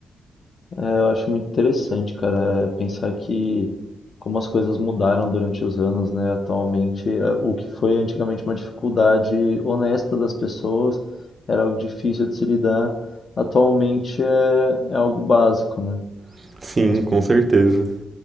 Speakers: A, on the left; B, on the right.
A: eu acho muito interessante, cara, é pensar que como as coisas mudaram durante os anos, né? Atualmente, é, o que foi antigamente uma dificuldade honesta das pessoas, era algo difícil de se lidar, atualmente é, é algo básico, né?
B: <laughs> sim,
A: As
B: com certeza.